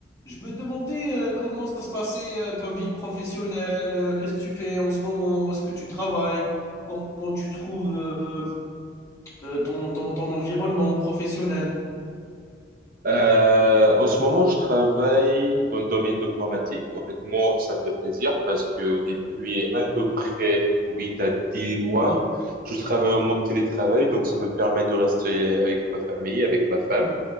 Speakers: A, on the left; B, on the right.
A: Je me demandais euh, comment ça se passait euh, ta vie professionnelle, euh, qu'est-ce que tu fais en ce moment, où est-ce que tu travailles, comment tu trouves euh, euh, ton, ton, ton environnement professionnel.
B: Euh, en ce moment, je travaille dans le domaine d'informatique. Honnêtement, ça me fait plaisir parce que depuis à peu près 8 à 10 mois, je travaille en mode télétravail, donc ça me permet de rester avec ma famille, avec ma femme.